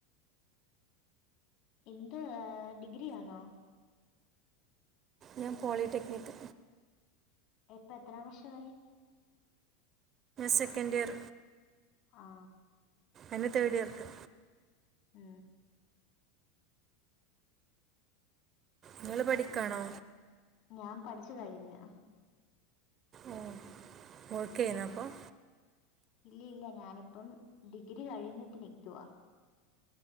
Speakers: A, on the left; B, on the right.
A: എന്ത് ആ ഡിഗ്രി ആണോ
B: ഞാ പോളിടെക്നിക്ക്
A: ഇപ്പ എത്രാം വർഷവായി
B: സെക്കന്റ് ഇയർ
A: ആ
B: എന്ന് തേർഡ് ഇയർക്ക്
A: മ്
B: ങ്ങൾ പഠിക്കാണോ
A: ഞാൻ പഠിച്ച് കഴിഞ്ഞു
B: ഓ വർക്ക് ചെയ്യ്ണോപ്പം
A: ഇല്ല ഇല്ല ഞാനിപ്പം ഡിഗ്രി കഴിഞ്ഞിട്ട് നിക്കുവാ